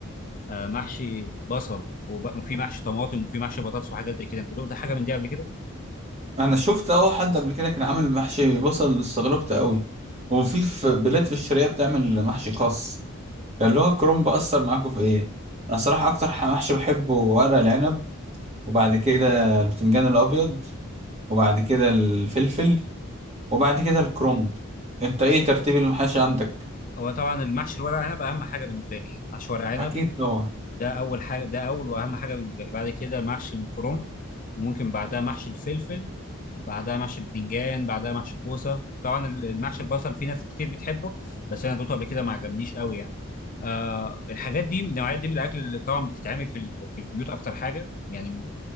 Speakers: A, on the left; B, on the right.
A: آه، محشي بصل وب- وفي محشي طماطم وفي محشي بطاطس وحاجات زي كده انت دقت حاجه من دي قبل كده
B: أنا شفت أهو حد قبل كده كان عامل محشي بصل استغربت قوي وفي في بلاد في الشرقية بتعمل محشي خاص اللي هو الكرنب أثر معاكم في إيه؟ أنا صراحة أكتر ح- محشي بحبه ورق العنب وبعد كده البتنجان الأبيض وبعد كده الفلفل وبعد كده الكرومب انت ايه ترتيب المحاشي عندك
A: هو طبعا المحشي الورق عنب اهم حاجه بالنسبه لي يعني محشي ورق عنب
B: اكيد طبعا
A: ده اول حاجه ده اول واهم حاجه بالنسبه لي بعد كده محشي كرنب وممكن بعدها محشي الفلفل بعدها محشي البتنجان بعدها محشي الكوسه طبعا المحشي البصل في ناس كتير بتحبه بس انا دوقته قبل كده ما عجبنيش قوي يعني آه الحاجات دي النوعيات دي من الاكل اللي طبعا بتتعمل في ال- في البيوت اكتر حاجه يعني